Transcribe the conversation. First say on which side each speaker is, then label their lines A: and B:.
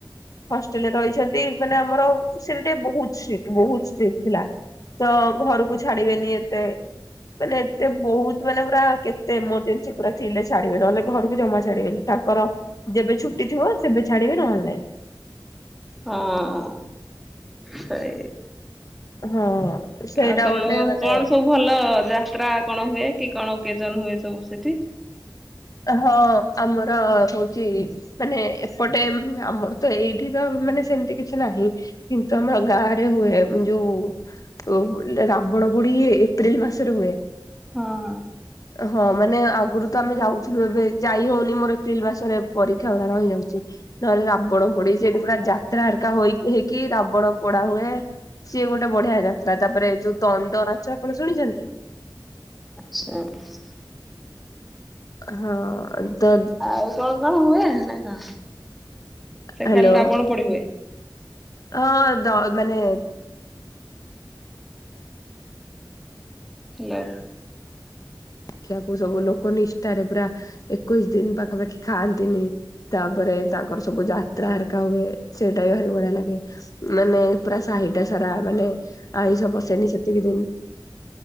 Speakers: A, on the left (about 45°); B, in the centre.
A: ହଷ୍ଟେଲରେ ରହିଛନ୍ତି ମାନେ ଆମର ସେଟା ଟିକେ ବହୁତ ସ୍ଟ୍ରିଟ୍ ବହୁତ ସ୍ଟ୍ରିକ୍ଟ୍ ଥିଲା। ତ ଘରକୁ ଛାଡିବେନି ଏତେ ମାନେ ଏତେ ବହୁତ ମାନେ ପୁରା କେତେ ଏମରଜେନ୍ସି ପୁରା ଥିଲେ ଛାଡିବେ ନହେଲେ ଘରକୁ ଜମା ଛାଡିବେନି ତାଙ୍କର ଯେବେ ଛୁଟି ଥିବ ସେବେ ଛାଡିବେ ନହେଲେ ନାଇ।
B: ହଁ ସେଇ
A: ହଁ। ସେଇଟା
B: ଆଉ ତମ
A: ଗୋଟେ ମାନେ
B: କଣ ସବୁ ଭଲ ଯାତ୍ରା କଣ ହୁଏ କି କଣ ଓକେଜନ ହୁଏ ସବୁ ସେଠି?
A: ହଁ ଆମର ହଉଚି ମାନେ ଏପଟେ ଆମର ତ ଏଇଠି ତ ମାନେ ସେମିତି କିଛି ନାହିଁ। କିନ୍ତୁ ଆମର ଗାଁରେ ହୁଏ ଯୋଉ ଓ ରାବଣ ପୋଡି ଏପ୍ରିଲ ମାସରେ ହୁଏ।
B: ହଁହଁ।
A: ହଁ ମାନେ ଆଗରୁ ତ ଆମେ ଯାଉଥିଲୁ ଏବେ ଯାଇ ହଉନି ମୋର ଏପ୍ରିଲ ମାସରେ ପରୀକ୍ଷା ଗୁଡ଼ା ରହିଯାଉଛି। ନହେଲେ ରାବଣ ପୋଡି ସେଠି ପୁରା ଯାତ୍ରା ଅରିକା ହୋଇ ହେଇକି ରାବଣ ପୋଡା ହୁଏ। ସିଏ ଗୋଟେ ବଢିଆ ଯାତ୍ରା ତାପରେ ଯୋଉ ଦଣ୍ଡ ନାଚ ଆପଣ ଶୁଣିଛନ୍ତି?
B: ସେଲଭସ୍
A: ହଁ ତ
B: ଆଉ କଣ କଣ ହୁଏ, ନା କଣ ସେ
A: ହ୍ୟାଲୋ
B: ଖାଲି ରାବଣ ପଡି ହୁଏ?
A: ହଁ ଦ ମାନେ
B: ହେଲୋ।
A: ଦେଖିଆକୁ ସବୁ ଲୋକ ନିଷ୍ଠାରେ ପୁରା ଏକୋଇଶି ଦିନ୍ ପାଖାପାଖି ଖାଆନ୍ତିନି। ତାପରେ ତାଙ୍କର ସବୁ ଯାତ୍ରା ହେରିକା ହୁଏ ସେଇଟା ବି ଭାରି ବଢିଆ ଲାଗେ। ମାନେ ପୁରା ସାହି ଟା ସାରା ମାନେ ଆଇଁଷ ପସେନି ସେତିକି ଦିନ।